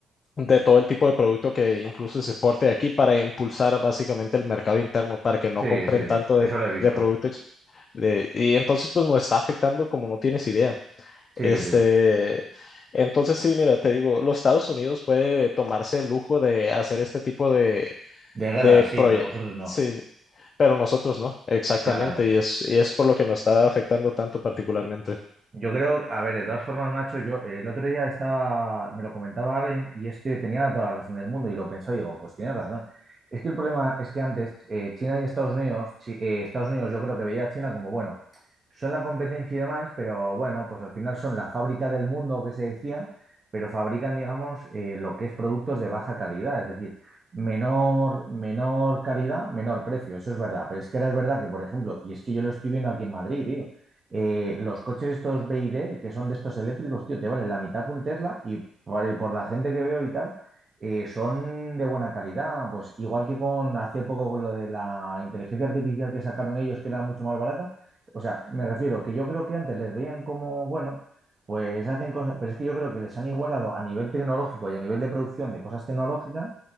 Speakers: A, on the left; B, on the right.
A: de todo el tipo de producto que incluso se exporte de aquí para impulsar básicamente el mercado interno para que no
B: Sí,
A: compren
B: sí, sí.
A: tanto de,
B: Eso lo he visto.
A: de producto ex- de- y entonces pues nos está afectando como no tienes idea.
B: Sí,
A: Este,
B: sí, sí.
A: entonces sí, mira, te digo, los Estados Unidos puede tomarse el lujo de hacer este tipo de,
B: De guerra,
A: de
B: sí,
A: proyectos.
B: pero vosotros no.
A: Sí, pero nosotros no, exactamente,
B: Ya, ya.
A: y es, y es por lo que nos está afectando tanto particularmente.
B: Yo creo, a ver, de todas formas, macho, yo eh, el otro día estaba, me lo comentaba alguien y es que tenía toda la razón del mundo y lo pensó y digo, pues tienes razón. Es que el problema es que antes eh, China y Estados Unidos, Chi- eh, Estados Unidos yo creo que veía a China como, bueno, son la competencia y demás, pero bueno, pues al final son la fábrica del mundo que se decía, pero fabrican, digamos, eh, lo que es productos de baja calidad, es decir, menor, menor calidad, menor precio, eso es verdad. Pero es que ahora es verdad que, por ejemplo, y es que yo lo estoy viendo aquí en Madrid, tío eh, los coches estos B y D, que son de estos eléctricos, tío, te vale la mitad que un Tesla y por, eh, por la gente que veo y tal, eh, son de buena calidad. Pues igual que con hace poco con lo de la inteligencia artificial que sacaron ellos, que era mucho más barata. O sea, me refiero que yo creo que antes les veían como, bueno, pues hacen cosas, pero es que yo creo que les han igualado a nivel tecnológico y a nivel de producción de cosas tecnológicas.